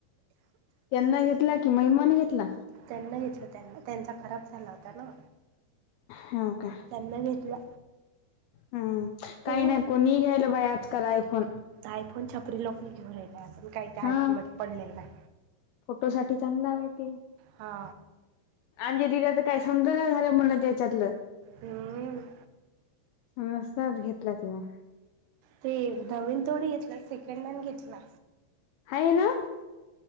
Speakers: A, on the left; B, on the right.
A: त्यांना घेतला कि महिमानं घेतला.
B: त्यांना घेतला त्यांना त्यांचा खराब झाला होता ना
A: हाव का
B: त्यांना घेतला.
A: हम्म काही
B: हं.
A: नाही कोणी घ्यायला बाई आजकाल आयफोन
B: आयफोन छपरी लोकं घेऊ राहिले आपण काही ते
A: हा
B: आयफोन मध्ये पडलेलो नाय
A: फोटो साठी चांगला हाय बाई ते
B: हा
A: अंजलीला तर काही समज ना झालं म्हणं त्याच्यातलं
B: हम्म.
A: नसताच घेतला तिने
B: ते नवीन थोडी घेतला सेकंड हँड घेतला.
A: हाय ना